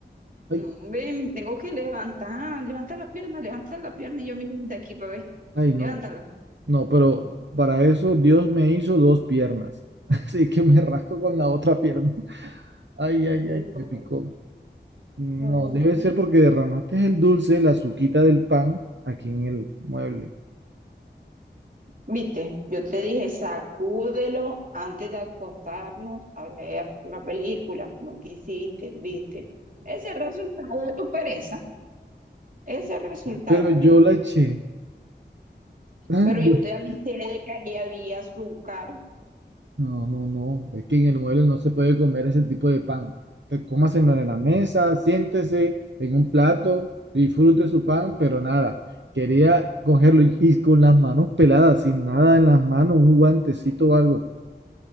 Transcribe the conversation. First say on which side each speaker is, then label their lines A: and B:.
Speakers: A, on the right (about 75°); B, on the right (about 45°).
A: Ay,
B: no, ve, me tengo que levantar, levanta la pierna, levanta la pierna y yo miro de aquí para ver,
A: ay,
B: levántala.
A: no. No, pero para eso Dios me hizo dos piernas. <laughs> Así que me rasco con la otra pierna. Ay,
B: No,
A: ay, ay,
B: no,
A: me picó. No,
B: no, no.
A: debe ser porque derramaste el dulce, la azuquita del pan, aquí en el mueble.
B: Viste, yo te dije, sacúdelo antes de acostarnos a ver la película. No quisiste, viste. Ese es el resultado de tu pereza, ese es el resultado,
A: Pero yo
B: viste.
A: la eché. <laughs>
B: Pero yo te avisé de que ahí había azúcar.
A: No, no, no. Es que en el mueble no se puede comer ese tipo de pan. Te- Cómaselo en la mesa, siéntese en un plato, disfrute su pan, pero nada. Quería cogerlo y, y con las manos peladas, sin nada en las manos, un guantecito o algo.